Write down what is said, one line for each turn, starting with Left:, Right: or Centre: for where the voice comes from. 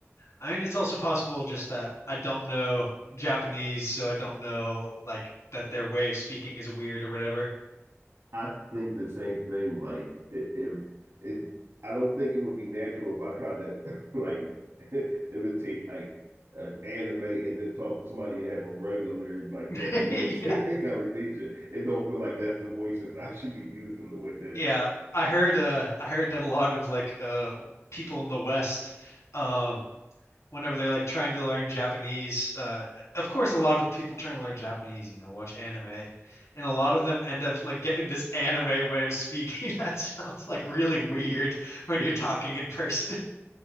Left: I mean, it's also possible just that I don't know Japanese, so I don't know like that their way of speaking is weird or whatever.
Right: I think the same thing. Like if it, it, it I don't think it would be natural if I tried to like <laughs> imitate like an anime and then talk to somebody and have a regular like
Left: <laughs>
Right: Japanese
Left: Yeah.
Right: <laughs> conversation. It don't feel like that's the voices I should be using the way that.
Left: Yeah, I heard uh I heard that a lot of like uh people in the West um whenever they're like trying to learn Japanese, uh of course a lot of people trying to learn Japanese, you know, watch anime, and a lot of them end up like getting this anime way of speaking <laughs> that sounds like really weird
Right: <laughs>
Left: when
Right: Yeah.
Left: you're talking in person. <laughs>